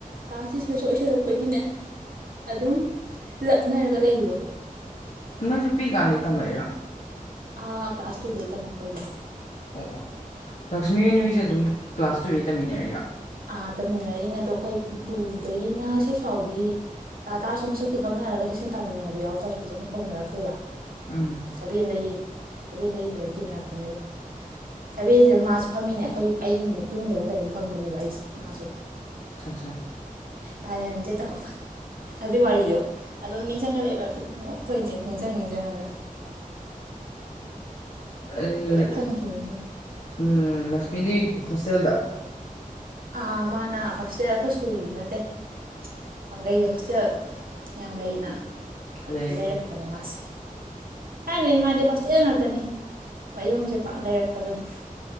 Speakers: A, on the right (about 85°); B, on the left (about 55°).
A: ꯀ꯭ꯂꯥꯁ ꯇꯤꯆ꯭ꯔꯁꯨ ꯑꯣꯏꯁꯜꯂꯛꯄꯒꯤꯅꯦ ꯑꯗꯨꯝ ꯂꯛꯅꯔꯒ ꯂꯩꯕꯗꯣ꯫
B: ꯅꯪꯖꯦ ꯄꯤꯏꯀꯥꯟꯗꯩ ꯇꯝꯃꯛꯏꯔꯣ꯫
A: ꯑꯥ ꯀ꯭ꯂꯥꯁ ꯇꯨꯗꯩ ꯇꯝꯃꯛꯄ ꯑꯣꯏꯗꯣꯢꯅꯦ꯫
B: ꯑꯣ ꯑꯣ ꯂꯛꯁꯃꯤ ꯅꯣꯏꯖꯦ ꯑꯗꯨꯝ ꯀ꯭ꯂꯥꯁ ꯇꯨꯗꯩ ꯇꯝꯃꯤꯟꯅꯔꯛꯏꯔꯣ꯫
A: ꯑꯥ ꯇꯝꯃꯤꯟꯅꯔꯛꯏꯅꯦ ꯑꯗꯣ ꯈꯣꯏ ꯇꯨꯗꯒꯤꯅ ꯁꯤꯛꯁ ꯐꯥꯎꯗꯤ ꯇꯥ ꯇꯥꯔꯁꯨ ꯃꯁꯛꯇꯤ ꯈꯪꯅꯔꯒ ꯁꯦꯛꯁꯟ ꯇꯥꯃꯤꯟꯅꯕ ꯌꯥꯎꯇꯁꯨ ꯐꯖꯅ ꯀꯧꯅꯔꯛꯇꯦꯕ꯫
B: ꯎꯝ꯫
A: ꯁꯚꯦꯟꯗꯒꯤ ꯁꯚꯦꯟꯗꯒꯤ ꯐꯖꯟ ꯇꯤꯟꯅꯔꯛꯄꯅꯦ ꯑꯗꯨꯝ꯫ ꯁꯚꯦꯟꯖꯤꯗ ꯃꯥꯁꯨ ꯐꯝꯃꯤꯅꯦ ꯑꯩꯈꯣꯏ ꯑꯩꯒꯤ ꯃꯇꯨꯡꯗꯔ ꯀꯩꯅꯣꯝ ꯐꯝꯕꯅꯦꯕ ꯑꯩꯁꯦ ꯃꯥꯁꯨ
B: ꯑꯁꯥ ꯁꯥ
A: ꯀꯥꯔꯟꯖꯦ ꯇꯧꯕ ꯑꯗꯨꯏ ꯋꯥꯔꯤꯗꯣ ꯑꯗꯨꯝ ꯅꯤꯡꯖꯪꯉ ꯂꯩꯕ ꯑꯗꯨ ꯅꯣꯛꯏꯅꯦ ꯅꯤꯡꯖꯪ ꯅꯤꯡꯖꯪꯉꯒ꯫
B: ꯑꯩ
A: ꯄꯨꯂꯞ ꯍꯟꯈꯤꯕꯅꯦꯕ
B: ꯂꯛꯁꯃꯤꯗꯤ ꯍꯣꯁꯇꯦꯜꯗ꯫
A: ꯑ ꯃꯥꯅ ꯍꯣꯁꯇꯦꯜ ꯑꯩꯈꯣꯏ ꯁ꯭ꯀꯨꯜꯒꯤꯗꯤ ꯅꯠꯇꯦ꯫ ꯄꯥꯡꯒꯩꯗ ꯍꯣꯁꯇꯦꯜ ꯌꯥꯝ ꯂꯩꯅ
B: ꯂꯩ
A: ꯑꯗꯨꯗ ꯂꯩꯔꯛꯄꯅꯦ
B: ꯂꯩ
A: ꯃꯥꯁꯦ꯫ ꯊꯥꯏꯅꯩ ꯃꯥꯗꯤ ꯍꯣꯁꯇꯦꯜ ꯉꯥꯛꯇꯅꯤ ꯃꯌꯨꯝꯖꯦ ꯄꯥꯛ ꯂꯩꯔꯛꯇꯕꯅꯤ